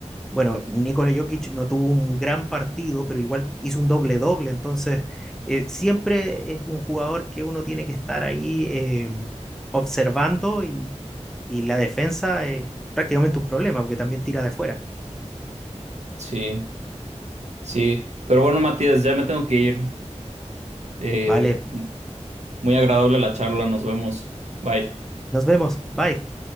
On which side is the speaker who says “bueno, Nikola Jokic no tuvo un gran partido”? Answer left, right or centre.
Centre